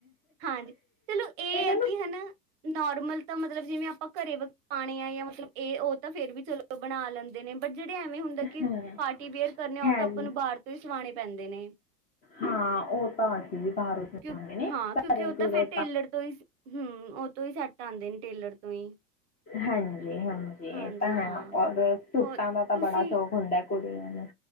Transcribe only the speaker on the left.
ਨੂੰ
ਹਾਂ,
ਹੈ
ਜੀ
ਹਾਂ ਉਹ ਤਾਂ ਅਸੀਂ ਵੀ- ਬਾਹਰੋਂ ਸਵਾਉਂਦੇ
ਨੇ
ਘਰੇ
ਘਰੇ
ਹਾਂਜੀ ਹਾਂਜੀ
ਇਹ ਤਾਂ ਹੈ
ਔਰ ਸੂਟਾ
ਦਾ ਤਾਂ
ਬੜਾ ਸ਼ੌਕ ਹੁੰਦਾ- ਕੁੜੀਆਂ ਨੂੰ-